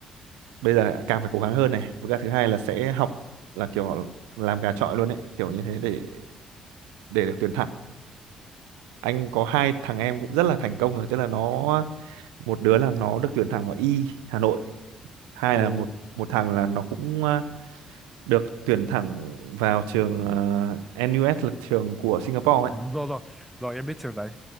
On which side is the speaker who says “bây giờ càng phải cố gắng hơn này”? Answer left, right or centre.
Right